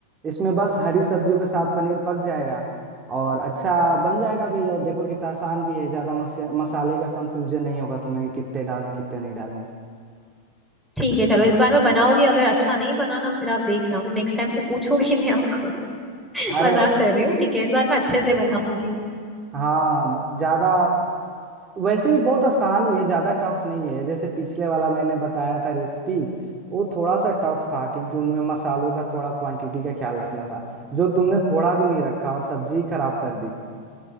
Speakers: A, on the right; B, in the centre.
A: इसमें बस हरी सब्जियों के साथ पनीर पक जाएगा और अच्छा बन जाएगा भी और देखो कितना आसान भी है ज्यादा मस, मसाले का कंफ्यूजन नहीं होगा तुम्हें कि कितने डालने कितने नहीं डालने
B: ठीक है चलो इस बार मैं बनाओगी अगर अच्छा नहीं बना ना फिर आप देखना मैं नेक्स्ट टाइम से पूछूंगी नहीं आपको <laughs>
A: अरे
B: मजाक कर रही हूँ ठीक है इस बार मैं अच्छे से बनाऊंगी
A: हाँ ज्यादा वैसे भी बहुत आसान ही है ज्यादा टफ नहीं है जैसे पिछले वाला मैंने बताया था रेसिपी वो थोड़ा सा टफ था क्योंकि उनमें मसालों का थोड़ा क्वांटिटी का ख्याल रखना था जो तुमने थोड़ा भी नहीं रखा और सब्जी खराब कर दी